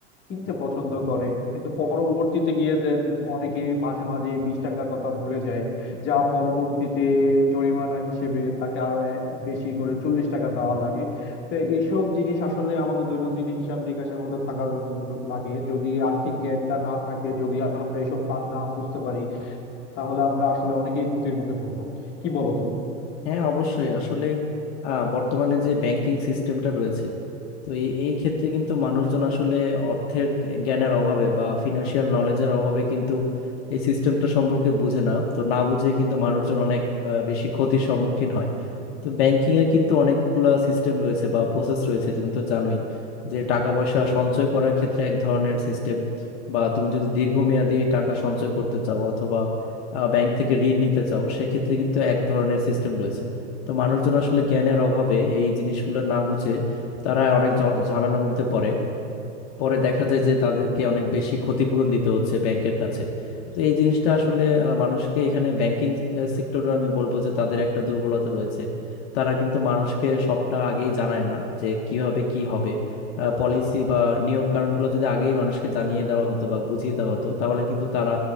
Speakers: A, on the left (about 30°); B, on the left (about 55°).
A: কিনতে পছন্দ করে কিন্তু পরবর্তীতে গিয়ে যে অনেকে মাঝে মাঝে বিশ টাকার কথা ভুলে যায় যা পরবর্তীতে জরিমানা হিসেবে তাকে আরো এ- বেশি করে চল্লিশ টাকা দেওয়া লাগে তো এইসব জিনিস আসলে আমাদের দৈনন্দিন হিসাব নিকাশের মধ্যে থাকা লাগে যদি আর্থিক জ্ঞানটা না থাকে যদি আমরা এইসব ফাঁদ না বুঝতে পারি তাহলে আমরা আসলে অনেকেই ক্ষতির মুখে পড়বো কি বলো তুমি
B: হ্যাঁ অবশ্যই আসলে আহ, বর্তমানে যে ব্যাংকিং সিস্টেমটা রয়েছে তো এই এই ক্ষেত্রে কিন্তু মানুষজন আসলে অর্থের জ্ঞানের অভাবে বা ফিনান্সিয়াল নলেজের অভাবে কিন্তু এই সিস্টেমটা সম্পর্কে বুঝে না তো না বুঝে কিন্তু মানুষজন অনেক আহ, বেশি ক্ষতির সম্মুখীন হয় তো ব্যাংকিং এ কিন্তু অনেকগুলা সিস্টেম রয়েছে বা প্রসেস রয়েছে তুমি তো জানোই যে টাকা পয়সা সঞ্চয় করার ক্ষেত্রে এক ধরনের সিস্টেম বা তুমি যদি দীর্ঘমেয়াদী টাকা সঞ্চয় করতে চাও অথবা আহ, ব্যাংক থেকে ঋণ নিতে চাও সেক্ষেত্রে কিন্তু এক ধরনের সিস্টেম রয়েছে তো মানুষজন আসলে জ্ঞানের অভাবে এই জিনিসগুলো না বুঝে তারা অনেক জ- ঝামেলার মধ্যে পড়ে পরে দেখা যায় যে তাদেরকে অনেক বেশি ক্ষতিপূরণ দিতে হচ্ছে ব্যাংকের কাছে তো এই জিনিসটা আসলে আহ, মানুষকে এখানে ব্যাংকিং সেক্টরে আমি বলবো যে তাদের একটা দুর্বলতা রয়েছে তারা কিন্তু মানুষকে সবটা আগেই জানায় না যে কিভাবে কি হবে পলিসি বা নিয়ম কানুনগুলো যদি আগেই মানুষকে জানিয়ে দেওয়া হতো বা বুঝিয়ে দেওয়া হতো তাহলে কিন্তু তারা